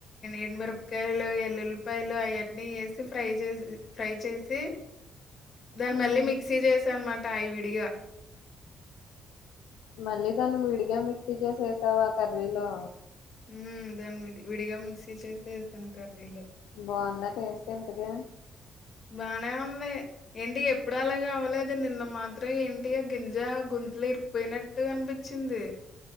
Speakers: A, on the left (about 45°); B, on the left (about 80°).
A: ఎండు మిరపకాయలు ఎల్లుల్లిపాయలు అవన్నీ ఏసి ఫ్రై చేసి ఫ్రై చేసి దాన్ని
B: హ్మ్
A: మళ్ళీ మిక్సీ చేసా అనమాట ఇవిడిగా
B: మళ్ళీ దాన్ని విడిగా మిక్సీ చేసేసావా కర్రీలో
A: హ్మ దాన్ని విడిగా మిక్సీ చేసి యేసెసాను కర్రి
B: బాగుందా టేస్ట్ ఇంతకి
A: బానే ఉంది ఏంటి ఎప్పుడ అలాగ అవ్వలేదు నిన్న మాత్రం ఏంటి ఆ గింజా గొంతులో ఇరిక్కుపోయినట్టు అనిపి చింది